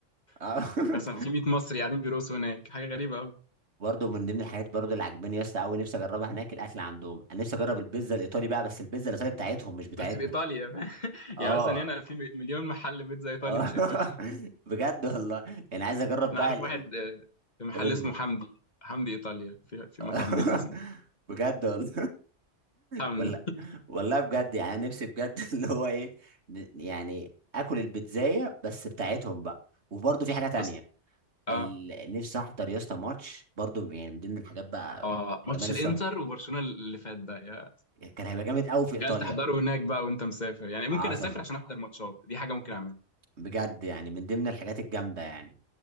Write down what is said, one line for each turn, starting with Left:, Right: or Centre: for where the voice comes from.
Right: آه.
Left: <laughs>
Right: <laughs>
Left: مثلا في 100 مصري قاعدين بيرقصوا هناك حاجه غريبه قوي
Right: برضه من ضمن الحاجات برضه اللي عجباني يا اسطى قوي نفسي اجربها هناك الاكل عندهم انا نفسي اجرب البيتزا الايطالي بقى بس البيتزا الايطالي بتاعتهم مش بتاعتنا
Left: بس في ايطاليا <laughs>
Right: اه
Left: يعني مثلا هنا في مليون محل بيتزا ايطالي
Right: اه
Left: مش
Right: <laughs>
Left: ايطالي
Right: بجد والله يعني عايز اجرب
Left: انا
Right: بقى
Left: اعرف
Right: ال-
Left: واحد
Right: ال-
Left: آه، في محل
Right: قول لي
Left: اسمه حمدي حمدي ايطاليا في في
Right: <laughs>
Left: مطعم بيتزا اسمه
Right: بجد والله
Left: حمدي
Right: والله والله بجد يعني أنا نفسي بجد <laughs> اللي هو ايه ن- يعني اكل البيتزاية بس بتاعتهم بقى وبرضه في حاجة تانية
Left: <laughs> بص اه
Right: ال- نفسي احضر يا اسطى ماتش برضه يعني من ضمن الحاجات بقى
Left: اه
Right: جمال
Left: ماتش
Right: الصف
Left: الانتر وبرشلونه اللي فات ده يا
Right: كان هيبقى جامد قوي في ايطاليا
Left: قال تحضره هناك بقى وانت مسافر يعني ممكن
Right: عظمة
Left: اسافر عشان احضر ماتشات دي حاجه ممكن اعملها
Right: بجد يعني من ضمن الحاجات الجامدة يعني